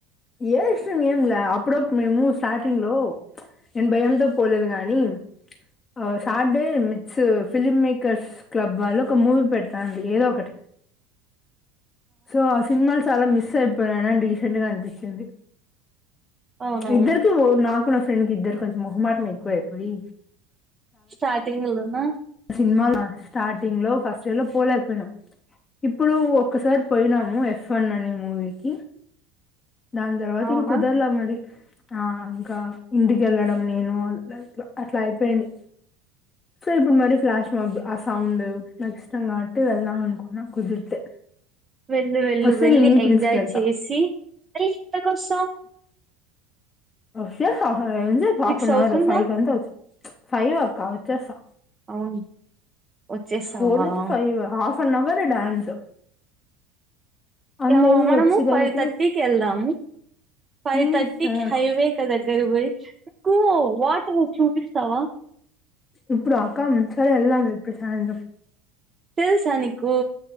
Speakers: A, on the left; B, on the right.
A: ఏ ఏం లా అప్పుడు అప్పుడు మేము స్టార్టింగ్ లో నేను భయంతో పోలేదు కాని ఆ Saturday meets film makers club వాళ్ళు ఒక మూవీ పెడతాండిరి ఏదో ఒకటి సో ఆ సినిమాల్స్ చాలా మిస్ అయిపోయన అండి ఈ సినిమా అనిపించింది
B: అవునవును
A: ఇద్దరీతో ఓవర్ నాక్ నా ఫ్రెండ్ కి ఇద్దరికీ కొంచెం మొహమాటం ఎక్కువ అయిపోయి
B: స్టార్టింగ్ లో మాస్క్
A: సినిమాలా స్టార్టింగ్ లో ఫస్ట్ డే లో పోలేం పోయినాం ఇప్పుడొ ఒక్కసారి పోయినాము ఎఫ్ వన్ అనే మూవీకి దాని తర్వాత
B: అవునా
A: ఇంకా కుదరలే మరి ఆ ఇంకా ఇంటికి వెళ్ళడం నేను అట్లా ఇట్లా అట్లా అయిపోయింది సో ఇప్పుడు మరీ ఫ్లాష్ బ్యాక్ ఎ ఆ సౌండ్ నాకు ఇష్టం కాబట్టి వెళ్దాం అనుకుంటున్నా కుదిరితే
B: వెళ్ళు వెళ్ళు
A: వస్తే
B: వెళ్ళి
A: నిన్ని
B: ఎంజాయ్
A: పిలుచుకెళ్తా
B: చేసి ఏయ్ నిద్ర వస్తాంది
A: వచ్చేస్తాం ఆ ఎంది హాఫ్
B: సిక్స్
A: నవర్
B: అవుతుందా
A: ఫైవ్ కి అంత వచ్చే ఫైవ్ అక్కా వచ్చేస్తా
B: అవును వచ్చేస్తావా
A: ఫోర్ నుంచి ఫైవ్ హాఫ్ అన్ అవరె డాన్స్ అందరూ
B: ఆ మనము
A: వచ్చేదలికి
B: ఫైవ్ థర్టీకి వెళ్దాము ఫైవ్
A: ఉమ్
B: థర్టీకి
A: సరే
B: హైవి అక్క దగ్గరకు పోయి నాకు వాటర్ చూపిస్తావా
A: ఇప్పుడా అక్కా సరే వెళ్దా ఇప్పుడు సాయంత్రం
B: తెలుసా నీకు